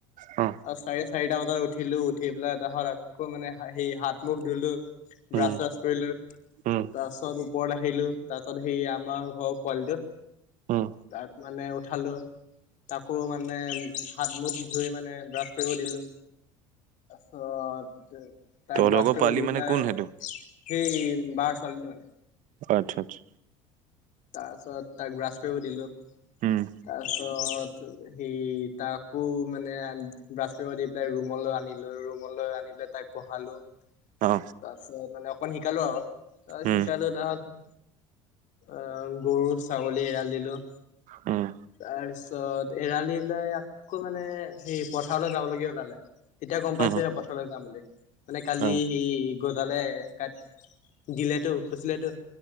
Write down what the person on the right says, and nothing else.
অ
উম
উম
উম
তহঁত
আকৌ
পোৱালি
মানে
কোন সেইটো
আচ্ছা আচ্ছা
উম
অ
উম
উম।
উম
অ